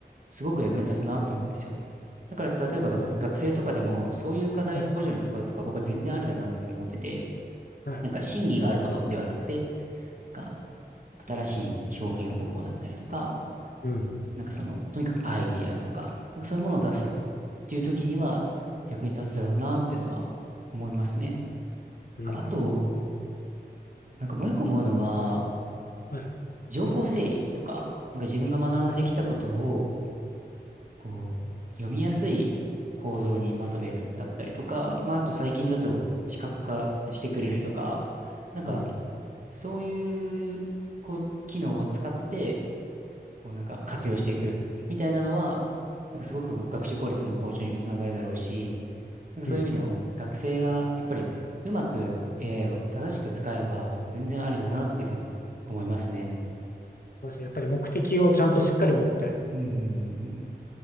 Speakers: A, on the right (about 50°); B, on the left (about 60°).
A: すごく役に立つなって思うんですよ。だから例えば学学生とかでもそういう課題の補助に使うとか僕は全然ありだなっていうふうに思ってて、
B: おーはい。はい。
A: なんか真偽があることではなくて、なんか新しい表現方法だったりとか、
B: うん。
A: なんかその、とにかくアイディアとか、なんかそういうものを出すっ
B: うん。
A: ていう時には役に立つだろうなっていうのは思いますね。なんかあと、
B: うん。うん
A: なんかもう一個思うのは、
B: はい。
A: 情報整理とか、なんか自分が学んできたことを、
B: はい。
A: こう、読みやすい構造にまとめるだったりとか、まあ、あと最近だと視覚化してくれるとか、なんか、
B: うん。
A: そういう、こう、機能を使って、こう、なんか活用していくみたいなのは、なんかすごくこう学習効率の向上にもつながるだろうし、なんかそういう意味でも学生がやっぱりうまく
B: うん。
A: AI を正しく使えば全然ありだなっていうふうには思いますね。
B: そうですね。やっぱり目的をちゃんとしっかり持って
A: うんうんうんうん。